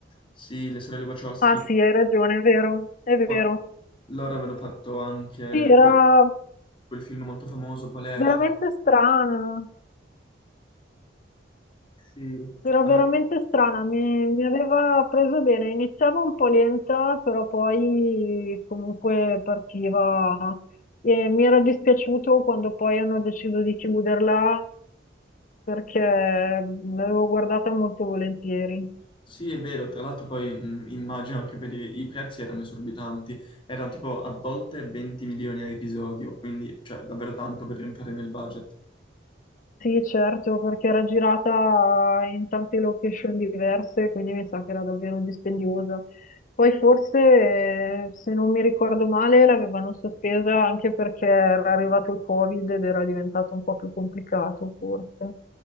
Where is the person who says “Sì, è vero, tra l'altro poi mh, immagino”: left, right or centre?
Left